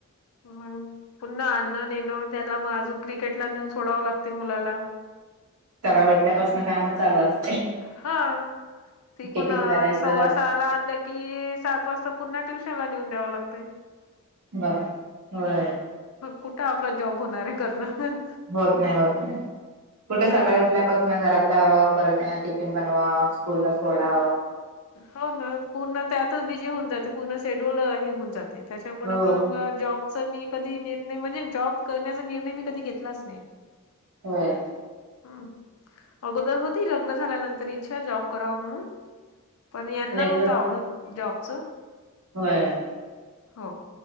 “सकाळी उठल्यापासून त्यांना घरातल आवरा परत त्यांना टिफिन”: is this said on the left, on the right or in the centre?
Right